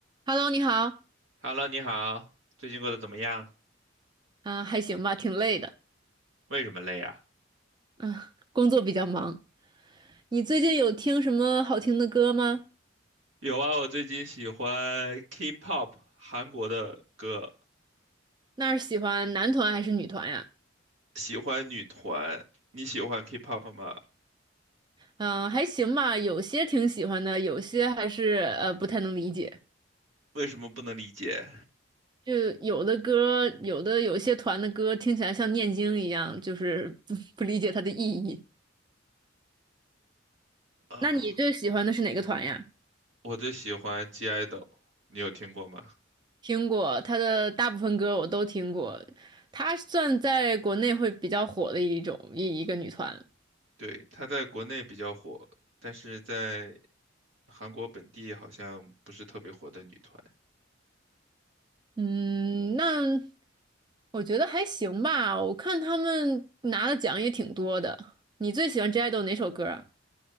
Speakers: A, on the right (about 20°); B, on the right (about 90°).
A: Hello，你好。
B: Hello，你好，最近过得怎么样？
A: 啊，还行吧，挺累的。
B: 为什么累啊？
A: 嗯，工作比较忙。你最近有听什么好听的歌吗？
B: 有啊，我最近喜欢 K-pop，韩国的歌，
A: 那是喜欢男团还是女团呀？
B: 喜欢女团。你喜欢 K-pop 吗？
A: 嗯，还行吧，有些挺喜欢的，有些还是呃不太能理解。
B: 为什么不能理解？
A: 就有的歌，有的有些团的歌听起来像念经一样，就是不 <laughs> 不理解它的意义。
B: 啊、
A: 那你最喜欢的是哪个团呀？
B: 我最喜欢 g i d o 你有听过吗？
A: 听过他的大部分歌我都听过，他算在国内会比较火的一种一一个女团。
B: 对，他在国内比较火，但是在韩国本地好像不是特别火的女团。
A: 嗯，那我觉得还行吧。我看他们拿的奖也挺多的。你最喜欢 J i d o 哪首歌啊？